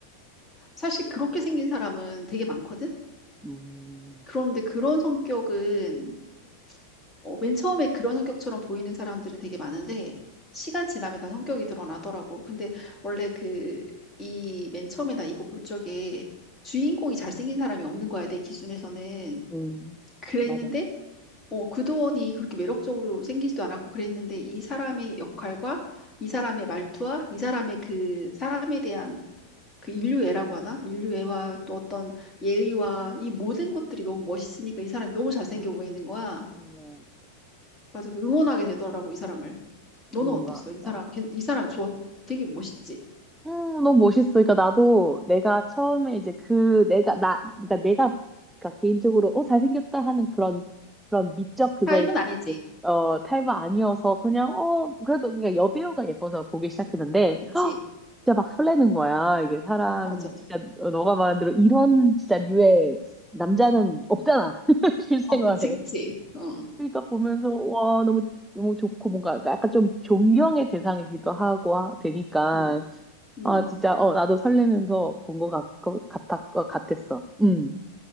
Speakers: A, on the left (about 20°); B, in the centre.
A: 사실 그렇게 생긴 사람은 되게 많거든?
B: 음,
A: 그런데 그런 성격은, 어, 맨 처음에 그런 성격처럼 보이는 사람들은 되게 많은데, 시간 지나면 다 성격이 드러나더라고. 근데 원래 그, 이 맨 처음에 나 이거 볼 적에 주인공이 잘생긴 사람이 없는 거야, 내 기준에서는.
B: 음,
A: 그랬는데,
B: 맞아.
A: 어, 구도원이 그렇게 매력적으로 생기지도 않았고 그랬는데, 이 사람의 역할과 이 사람의 말투와 이 사람의 그 사람에 대한 그 인류애라고 하나? 인류애와 또 어떤 예의와 이 모든 것들이 너무 멋있으니까 이 사람이 너무 잘생겨 보이는 거야.
B: 뭐,
A: 맞아. 그 응원하게 되더라고, 이 사람을. 너는
B: 음,
A: 어땠어?
B: 맞아.
A: 이 사람, 걔- 이 사람 좋아. 되게 멋있지?
B: 음, 너무 멋있어. 그러니까 나도 내가 처음에 이제 그 내가 나 그러니까 내가 그러니까 개인적으로 어 잘생겼다 하는 그런 그런 미적 그거에
A: 타입은 아니지.
B: 어 탈바 아니어서 그냥 어 그래도 그냥 여배우가 예뻐서 보기 시작했는데
A: 그치.
B: 허, 진짜 막 설레는 거야. 이게 사람
A: 맞아.
B: 진짜 어, 너가 말한 대로 이런 진짜 류의 남자는 없잖아. <laughs> 실생활에.
A: 어, 그치, 그치. 어,
B: 그러니까 보면서 와 너무 너무 좋고 뭔가 약간 좀 존경의 대상이기도 하고 하- 되니까
A: 음, 음.
B: 아, 진짜, 어, 나도 설레면서 본 것 같, 같았, 어, 같았어. 음.